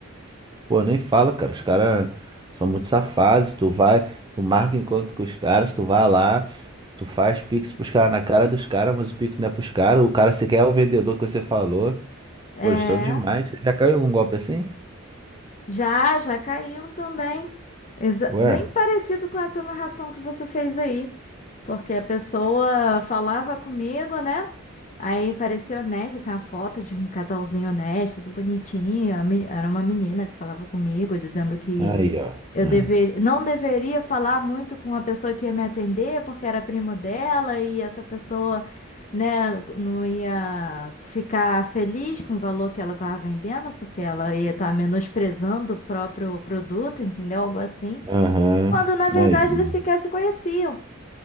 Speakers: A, on the right; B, on the left.
A: Pô, nem fala, cara. Os caras são muito safados. Tu vai, tu marca encontro com os caras, tu vai lá, tu faz pix pros caras na cara dos caras, mas o pix não é pros caras. O cara sequer é o vendedor que você falou.
B: É,
A: Pô, eles estão demais. Você já caiu em algum golpe assim?
B: Já, já caíam também. Exa-
A: Ué?
B: bem parecido com essa narração que você fez aí. Porque a pessoa falava comigo, né? Aí parecia honesto, tinha uma foto de um casalzinho honesto, tudo bonitinho. A me- Era uma menina que falava comigo, dizendo que
A: Aí, ó.
B: eu
A: Hum.
B: dever... não deveria falar muito com a pessoa que ia me atender, porque era primo dela e essa pessoa, né, não ia ficar feliz com o valor que ela estava vendendo, porque ela ia estar menosprezando o próprio produto, entendeu? Algo assim.
A: Aham.
B: Quando na verdade
A: Aí. hum.
B: eles sequer se conheciam.